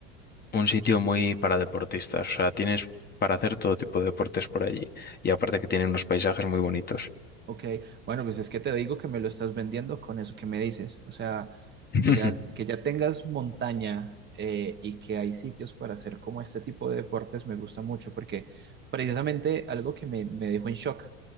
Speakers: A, on the left; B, on the right.
A: un sitio muy para deportistas, o sea, tienes para hacer todo tipo de deportes por allí y aparte que tiene unos paisajes muy bonitos.
B: Ok, bueno, pues es que te digo que me lo estás vendiendo con eso que me dices. O sea,
A: <laughs>
B: que ya, que ya tengas montaña eh, y que hay sitios para hacer como este tipo de deportes me gusta mucho porque precisamente algo que me, me dejó en shock,